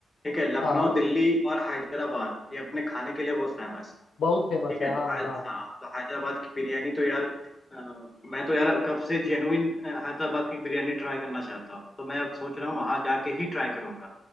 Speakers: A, on the left; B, on the left.
A: ठीक है लखनऊ
B: हाँ
A: दिल्ली और हैदराबाद ये अपने खाने के लिए बहुत फेमस है।
B: बहुत फेमस
A: ठीक है
B: है
A: तो
B: हाँ
A: हाय-
B: हाँ
A: हाँ तो हैदराबाद की बिरयानी तो यार अ, मैं तो यार कब से जेनुइन हैदराबाद की बिरयानी ट्राई करना चाहता हूँ तो मैं अब सोच रहा हूँ वहाँ जाके ही ट्राई करूंगा